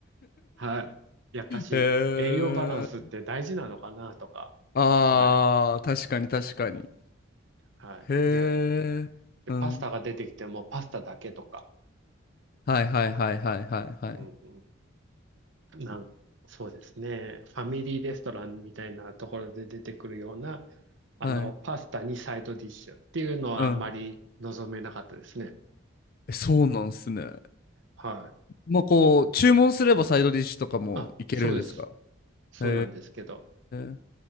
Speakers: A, on the right (about 60°); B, on the left (about 45°).
A: はい。やっぱし、
B: へえ。
A: 栄養バランスって大事なのかなとか、
B: ああ、
A: 前。
B: 確かに確かに。
A: はい。
B: へえ。
A: で、でパスタが出てきてもパスタだけとか。
B: うん。はいはいはいはいはいはい。
A: うんうんなん、そうですね。ファミリーレストランみたいなところで出てくるような、あの、
B: はい。
A: パスタにサイドディッシュっていうのはあんまり望めなかったですね。
B: うん。え、そうなんすね。
A: はい。
B: まあこう、注文すればサイドディッシュとかもいけるんですか
A: あ、そうです。そうなんですけど。
B: へえ。